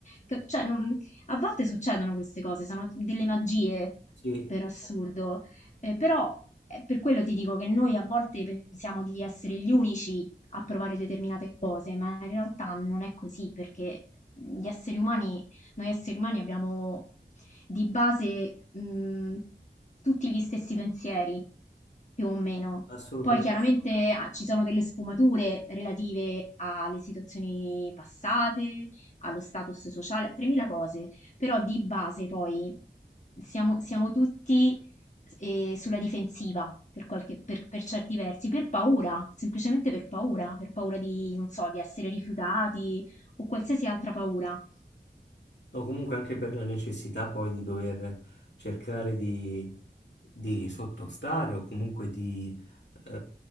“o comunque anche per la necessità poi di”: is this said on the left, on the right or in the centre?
Left